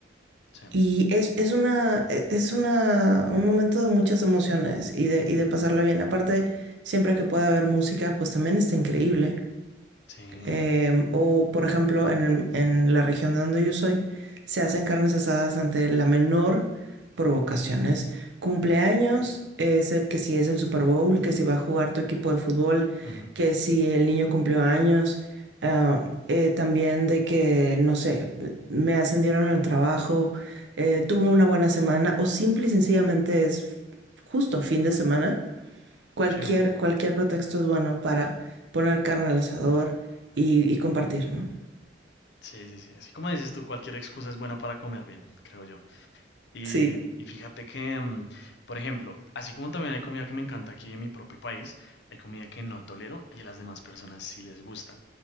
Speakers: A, on the left; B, on the right.
A: Sí,
B: Y es, es una, e, es una, un momento de muchas emociones y de, y de pasarla bien. Aparte, siempre que pueda haber música, pues también está increíble.
A: sí.
B: Em, o, por ejemplo, en, en la región de donde yo soy, se hacen carnes asadas ante la menor provocación. Es cumpleaños, es el- que si es el Super Bowl, que si va a jugar tu equipo de fútbol,
A: ujú,
B: que si el niño cumplió años. ah, eh, también de que, no sé, me ascendieron en el trabajo, eh, tuve una buena semana, o simple y sencillamente es justo fin de semana. Cualquier,
A: Sí, ¿no?
B: cualquier pretexto es bueno para poner carne al asador y, y compartir, ¿no?
A: sí, sí, sí. Así como dices tú, cualquier excusa es buena para comer bien, creo yo. Y,
B: Sí.
A: y fíjate que, mm, por ejemplo, así como también hay comida que me encanta aquí en mi propio país, hay comida que no tolero y a las demás personas sí les gusta.